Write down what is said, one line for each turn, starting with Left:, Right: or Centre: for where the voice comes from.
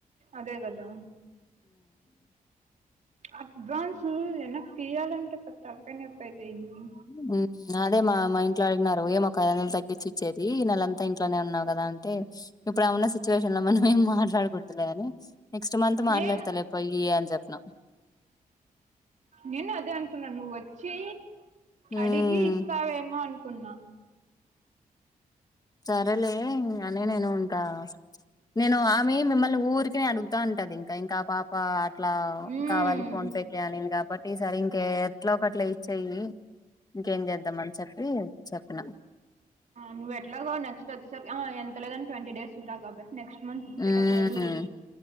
Right: అదే కదా అడ్వాన్సు వెనకి తీయాలంటే పెద్ద తలకాయ నొప్పి అయిపోయింది
Left: ఉమ్మ్ అదే మా మా ఇంట్లో అడిగినారు ఏమక్క ఐదు వందలు తగ్గించి యిచ్చేది నేలంతా ఇంట్లోనే ఉన్నావు గదా అంటే ఇప్పుడమున్న సిచువేషన్ లో మనమేం మాట్ల మాట్లాడు కుడదులే అని నెక్స్ట్ మంత్ మాట్లాడతలే
Right: నేను
Left: పొయ్యి అని జెప్పినం
Right: నేను అదే అనుకున్నాను నువ్వు వచ్చి
Left: ఉమ్
Right: అడిగి నువ్వు వస్తావేమో అనుకున్నా
Left: సరేలే ఇంకానే నేను ఉంటా ఇంకా నేను ఆమె మిమ్మల్ని ఊరికినే అడుగు తా ఉంటది ఇంకా ఇంకా పాప అట్లా
Right: మ్మ్.
Left: కావాలి ఫోన్ పే కానింగ్ కాబటి ఈ సరీంకెట్లో కట్లా ఇచ్చేయి ఇంకేం జేద్దామని చెప్పి చెప్పిన
Right: నువ్వు ఎట్లాగో నెక్స్ట్ వచ్చే సారికీ ఆ ఎంత లేదన ట్వంటీ డేస్ ఉంటావు కాబట్టి నెక్స్ట్ మంత్స్ యిచ్చేటప్పుడడుగు
Left: ఉమ్